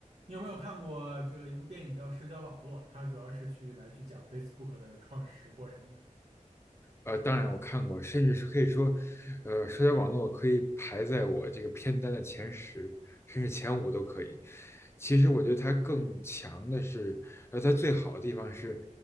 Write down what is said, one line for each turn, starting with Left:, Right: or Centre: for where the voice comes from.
Right: 你有没有看过这个一部电影叫《社交网络》？它主要是去来去讲 Facebook 的创始过程的。
Left: 呃，当然我看过，甚至是可以说，呃，社交网络可以排在我这个片单的前十，甚至前五都可以。其实我觉得它更强的是，呃，它最好的地方是，